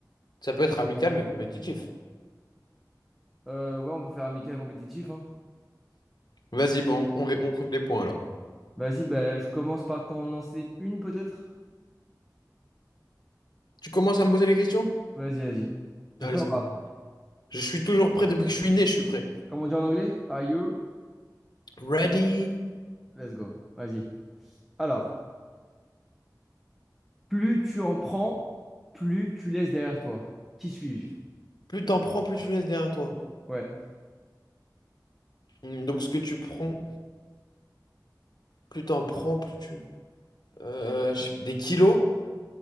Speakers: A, on the left; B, in the centre.
A: ça peut être amical mais compétitif.
B: Euh, ouais, on peut faire amical compétitif, hein.
A: Vas-y, bon, on, on compte les points alors.
B: Vas-y, bah, je commence par t'en lancer une, peut-être?
A: Tu commences à me poser les questions?
B: Vas-y, vas-y. T'es
A: Allez,
B: prêt ou
A: c'est
B: pas?
A: bon. Je suis toujours prêt depuis que je suis né, je suis prêt.
B: Comme on dit en anglais? Are you?
A: Ready?
B: Let's go. Vas-y. Alors, plus tu en prends, plus tu laisses derrière toi. Qui suis-je?
A: Plus t'en prends, plus tu laisses derrière toi.
B: Ouais.
A: Hmm, Donc ce que tu prends, plus t'en prends, plus tu... Euh, je sais- des kilos?